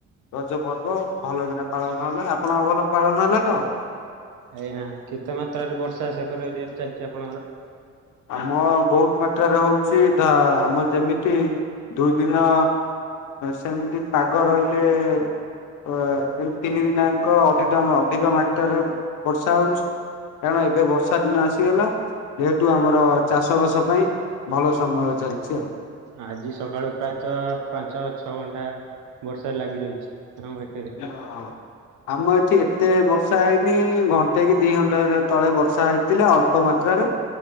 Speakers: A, on the left; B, on the right.
A: ରଜପର୍ବ ଭଲ କିନା ପାଳନ ହେଲା ଆପଣଙ୍କ ଭଲ ପାଳନ ହେଲା ତ?
B: ଆଜ୍ଞା କେତେ ମାତ୍ରାରେ ବର୍ଷା ସେକର ଏରିଆରେ ଚାଲିଛି ଆପଣଙ୍କର?
A: ଆମ ବହୁତ ମାତ୍ରାରେ ହଉଛି ଧା ଆମର ଯେମିତି ଦୁଇ ଦିନ ସେମିତି ପାଗ ରହିଲେ କିନ୍ତୁ ତିନି ଦିନି ଆଙ୍କ ଅଧିକ ଅଧିକ ମାତ୍ରାରେ ବର୍ଷା ହେଉଛି। କାରଣ ଏବେ ବର୍ଷା ଦିନ ଆସିଗଲା ଠୁ ଆମର ଚାଷବାସ ପାଇଁ ଭଲ ସମୟ ଚାଲିଛି ଆଉ
B: ଆଜି ସକାଳୁ ପ୍ରାୟତଃ ପାଞ୍ଚ ଛଅ ଘଣ୍ଟା ବର୍ଷା ଲାଗି ରହିଛି <unintelligible>
A: ଓ ଆମ ଏଠି ଏତେ ବର୍ଷା ହେଇନି ଘଣ୍ଟେ କି ଦିଇ ଘଣ୍ଟା ତଳେ ବର୍ଷା ହେଇ ଥିଲା ଅଳ୍ପ ମାତ୍ରାରେ